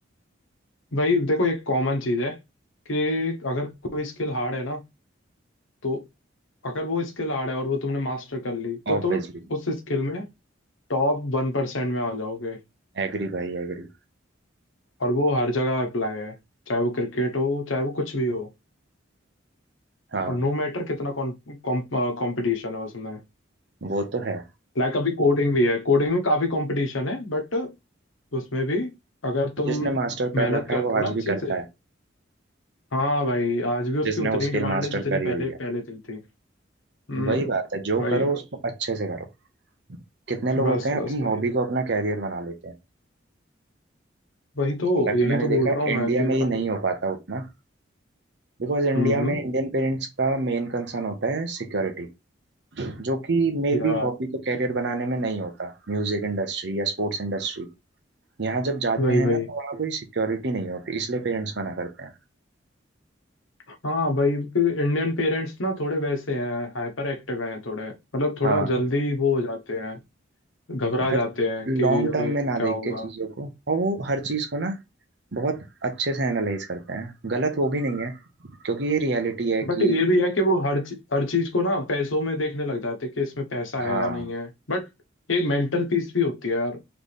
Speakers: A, on the left (about 85°); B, on the right (about 60°).
A: भाई देखो एक कॉमन चीज है कि अगर कोई स्किल हार्ड है ना तो अगर वो स्किल हार्ड है और वो तुमने मास्टर कर ली तो
B: ऑब्वियसली
A: तुम उस स्किल में टॉप वन परसेंट में आ जाओगे
B: एग्री भाई एग्री
A: और वो हर जगह अप्लाई है चाहे वो क्रिकेट हो चाहे वो कुछ भी हो
B: हाँ
A: और नो मैटर कितना कंपटीशन है उसमें
B: वो तो है
A: लाइक अभी कोडिंग भी है कोडिंग में काफी कंपटीशन है बट उसमें भी अगर तुम
B: जिसने मास्टर
A: मेहनत
B: कर रखा
A: करते
B: है वो
A: हो
B: आज
A: ना अच्छे
B: भी करता
A: से
B: है
A: हाँ भाई आज भी उसकी
B: जिसने
A: उतनी
B: वो स्किल
A: डिमांड
B: मास्टर
A: है जितनी
B: करी
A: पहले
B: हुई
A: पहले
B: है
A: थी थी हम्म
B: वही बात है जो
A: भाई
B: करो उसको अच्छे से करो कितने लोग
A: बस
B: होते हैं
A: बस
B: अपनी हॉबी
A: भाई
B: को अपना कैरियर बना लेते हैं
A: वही तो
B: हालांकि
A: यही
B: मैंने
A: तो
B: देखा
A: बोल
B: है
A: रहा हूँ
B: इंडिया
A: मैं कि
B: में ये
A: भाई
B: नहीं हो पाता उतना बिकॉज इंडिया
A: हम्म हम्म,
B: में इंडियन पेरेंट्स का मेन कंसर्न होता है सिक्योरिटी जो कि मे
A: या
B: बी हॉबी को कैरियर बनाने में नहीं होता म्यूजिक इंडस्ट्री या स्पोर्ट्स इंडस्ट्री यहाँ जब जाते
A: वही वही
B: हैं ना तो वहाँ कोई सिक्योरिटी नहीं होती इसलिए पेरेंट्स मना करते हैं
A: हाँ भाई इंडियन पेरेंट्स ना थोड़े वैसे हैं हाइपर एक्टिव हैं थोड़े मतलब थोड़ा
B: हाँ
A: जल्दी वो हो जाते हैं घबरा
B: हर
A: जाते हैं
B: लॉन्ग
A: कि
B: टर्म
A: अरे
B: में ना
A: क्या
B: देख
A: होगा
B: के चीजों को और वो हर चीज को ना बहुत अच्छे से एनालाइज करते हैं गलत वो भी नहीं है क्योंकि ये रियलिटी है
A: बट
B: कि
A: ये भी है कि वो हर चीज हर चीज को ना पैसों में देखने लग जाते हैं कि इसमें पैसा
B: हाँ
A: है या नहीं है बट एक मेंटल पीस भी होती है यार